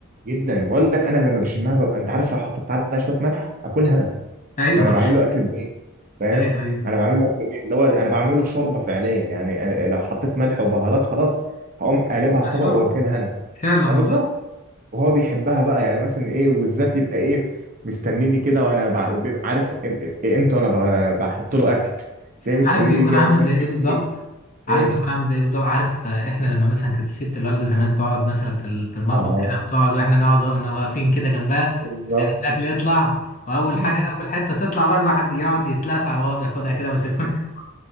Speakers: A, on the right; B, on the left.
A: جدا بقول لك انا لما بشمها ببقى انت عارف لو حطيت عليها شويه ملح اكلها انا
B: ايوه
A: ما انا بعمل له اكل البيت فاهم
B: <laughs> ايوه ايوه
A: انا بعمل له اكل البيت اللي هو انا بعمل له شوربه فعليا يعني أنا لو حطيت ملح وبهارات خلاص هقوم قالبها
B: مشهور
A: في طبق واكلها انا
B: فعلا والله
A: اه بالظبط وهو بيحبها بقى يعني مثلا ايه وبالذات يبقى ايه مستنيني كده وانا بع- بيبقى عارف إم- امتى وانا ب- بحط له اكل تلاقيه مستنيني
B: عارف بيكون
A: يجي يقعد
B: عامل
A: ياكل
B: زي ايه
A: حتى
B: بالظبط
A: رجل
B: عارف
A: ايه
B: بيكون عامل زي ايه بالظبط عارف آه، احنا لما مثلا كانت الست الوالده زمان تقعد مثلا في ال- في المطبخ
A: اه
B: كده بتقعد واحنا نقعد واحنا واقفين كده جنبها
A: بالظبط
B: تفتح الاكل يطلع واول
A: <laughs>
B: حاجه اول حته تطلع بقى الواحد يقعد يتلسع وهو بياخدها كده بس بتكون حلوة.